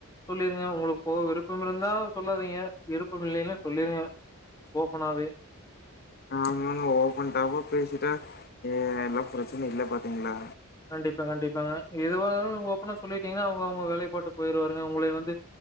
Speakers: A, on the left; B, on the left.
A: சொல்லிருங்க உங்களுக்கு போக விருப்பம் இருந்தா சொல்லாதீங்க விருப்பம் இல்லைன்னு சொல்லிருங்க ஓப்பனாவே
B: ஆமாங்க ஓபன்டாபா பேசிட்டா எல்லா பிரச்சன இல்ல பாத்தீங்களா
A: கண்டிப்பா கண்டிப்பாங்க எதுவா இந்தாலு ஓப்பனா சொல்லிட்டீங்கன்னா அவுங்க அவுங்க வேலையப்பாட்டு போயிருவாருங்க உங்கள வந்து